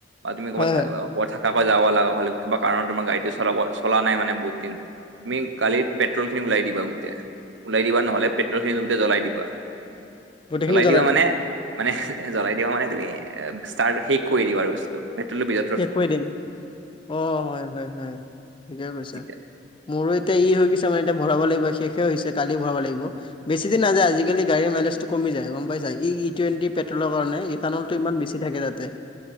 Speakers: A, on the right; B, on the left.
A: বা তুমি ক'ৰবাত
B: হয় হয়
A: কৰবাত থাকাকে যাব লাগা হল কিবা কাৰণ তোমাৰ গাড়ীটো চলাব চলা নাই মানে বহুতদিন তুমি কালি পেট্ৰল ওলাই দিবা গোটে ওলাই দিবা নহ'লে পেট্ৰল খিনি গোটেই জ্বলাই দিবা
B: গোটেইখিনি
A: জ্বলাই দিবা
B: দিম
A: মানে মানে জ্বলাই দিবা মানে তুমি ষ্টাৰ্ট শেষ কৰি দিবা আৰু বস্তু পেট্টল <unintelligible>
B: শেষ কৰি দিম, অঁ' হয় হয় হয়, ঠিকে কৈছা।
A: তেতিয়া
B: মোৰো এতিয়া ই হৈ গৈছে মানে এতিয়া ভৰাব লাগিব শেষে হৈছে কালি ভৰাব লাগিব। বেছি দিন নাযায়, আজিকালি গাড়ীৰ মাইলেজটো কমি যায় গম পাইছা, ই টুৱেণটি পে পেট্ৰ'ল কাৰণে ইথানল ইমান বেছি থাকে তাতে